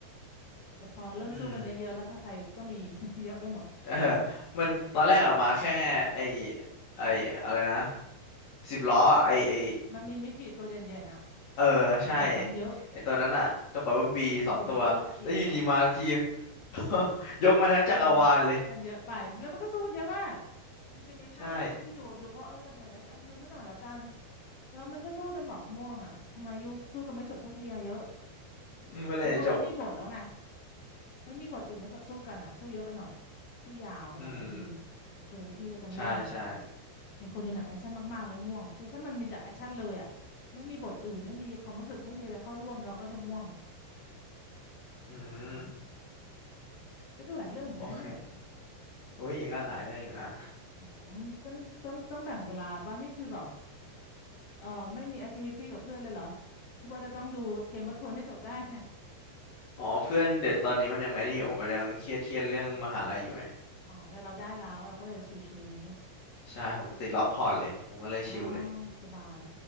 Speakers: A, on the left; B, on the left.
A: แต่พอเริ่มสู้กันเยอะๆแล้วค่าใครก็มี
B: อืม
A: <laughs> เยอะไปหมด
B: เออมันตอนแรกอะมาแค่ไอไออะไรนะสิบล้ออะไอไอ
A: มันมีไม่กี่ตัวเด่นๆอ่ะ
B: เออใช่
A: หลังๆมันเยอะ
B: ไอตัวนั้นอะกับบับเบิ้ลบีสองตัวแล้วอยู่ดีมาที
A: บุกโลกทีแบบ
B: <laughs> ยกมาทั้งจักรวาลเลย
A: เออมันเยอะไปแล้วมันก็สู้กันเยอะมากมันจะมีภาคหนึ่งที่พี่ดูดูเพราะเออตั้งไงนะอ่ะดูซะหน่อยละกัน
B: ใช่
A: แล้วมันก็สู้จนแบบง่วงอ่ะทำไมยุคสู้กันไม่จบสักทีอะเยอะ
B: อืมเมื่อไหรจะจบ
A: แล้วมันไม่มีบทแล้วไงไม่มีบทอื่นนอกจากสู้กันอ่ะสู้เยอะไปหน่อยสู้ยาวหลายนาที
B: <laughs> อืม
A: เออพี่ก็จะง่วง
B: ใช่ใช่
A: เป็นคนดูหนังแอคชั่นมากๆแล้วง่วงคือถ้ามันมีแต่แอคชั่นเลยอ่ะไม่มีบทอื่นไม่มีความรู้สึกไม่มีอะไรเข้าร่วมเราก็จะง่วง
B: อืม
A: ประมาณนั้นก็ดูหลายเรื่องเหมือนกันนะเนี่ย
B: โอเคอุ้ยก็หลายเรื่องอยู่นะ
A: อืมต้องต้องต้องแบ่งเวลาป่ะนี่คือแบบ เออไม่มีแอคทิวิตี้กับเพื่อนเลยเหรอที่ว่าจะต้องดูเกม of ทรอนให้จบได้เนี่ย
B: อ๋อเพื่อนเด็ดตอนนี้มันยังไอ้นี่อยู่มันยังเครียดเครียดเรื่องมหาลัยอยู่ไง
A: อ๋อแต่เราได้แล้วเราก็เลยชิลๆอย่างนี้
B: ใช่ผมติดรอบพอร์ตเลยผมก็เลยชิลเลย
A: อ๋อสบาย